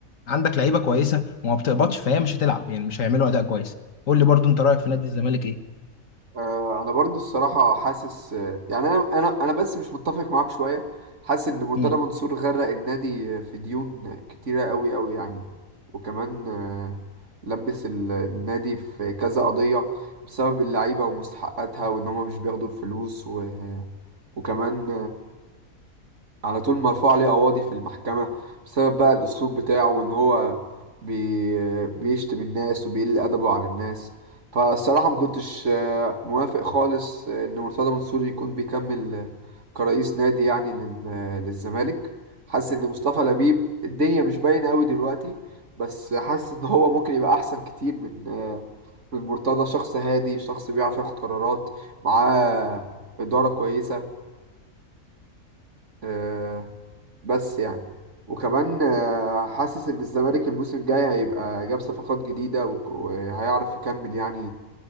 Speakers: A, on the left; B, on the right.
A: عندك لعيبه كويسه وما بتقبضش فهي مش هتلعب يعني مش هيعملوا اداء كويس قول لي برضو انت رايك في نادي الزمالك ايه
B: آه، انا برضو الصراحه حاسس آه، يعني انا انا انا بس مش متفق معاك شويه حاسس ان مرتضى
A: مم.
B: منصور غرق النادي آه، في ديون كتيره قوي قوي يعني وكمان آه، لبس ال- النادي في كذا قضيه بسبب اللعيبه ومستحقاتها وان هم مش بياخدوا الفلوس و... وكمان على طول مرفوع عليه قواضي في المحكمة بسبب بقى الأسلوب بتاعه وإن هو بي... بيشتم الناس وبيقل أدبه عن الناس فالصراحة ما كنتش آه، موافق خالص آه، إن مرتضى منصور يكون بيكمل آه، كرئيس نادي يعني لل... آه، للزمالك حاسس إن مصطفى لبيب الدنيا مش باينة أوي دلوقتي بس حاسس إن هو ممكن يبقى أحسن كتير من آه، من مرتضى شخص هادي شخص بيعرف ياخد قرارات معاه إدارة كويسة آه، بس يعني وكمان آه، حاسس ان الزمالك الموسم الجاي هيبقى جاب صفقات جديدة وك- وهيعرف يكمل يعني